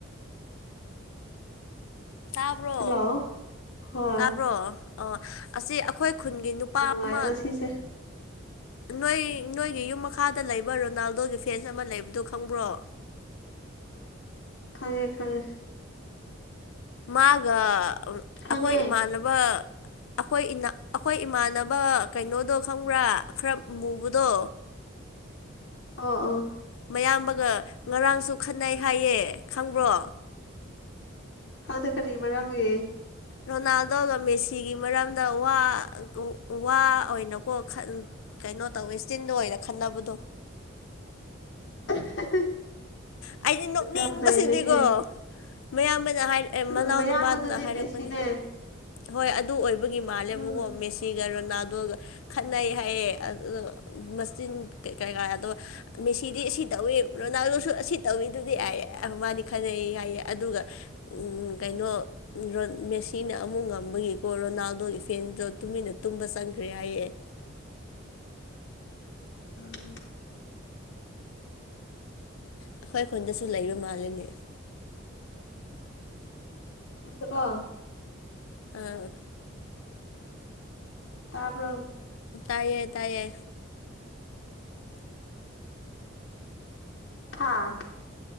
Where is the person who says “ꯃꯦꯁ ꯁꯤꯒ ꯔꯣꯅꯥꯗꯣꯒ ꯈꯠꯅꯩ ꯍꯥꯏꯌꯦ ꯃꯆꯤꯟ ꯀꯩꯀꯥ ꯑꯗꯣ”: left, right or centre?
Left